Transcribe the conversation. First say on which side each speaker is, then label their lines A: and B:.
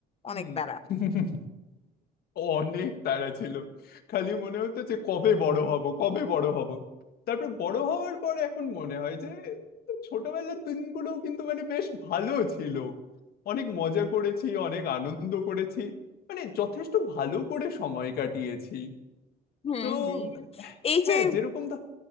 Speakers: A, on the left; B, on the left.
A: অনেক
B: হুম
A: তারা
B: হুম। অনেক তাড়া ছিল খালি মনে হতো যে কবে বড় হব কবে বড় হব তারপর বড় হওয়ার পর এখন মনে হয় যে ছোটবেলার দিনগুলোও কিন্তু মানে বেশ ভালো ছিল অনেক মজা করেছি অনেক আনন্দ করেছি মানে যথেষ্ট ভালো করে সময় কাটিয়েছি
A: হুম
B: তো
A: হুম এই যে
B: হ্যাঁ যেরকম ধর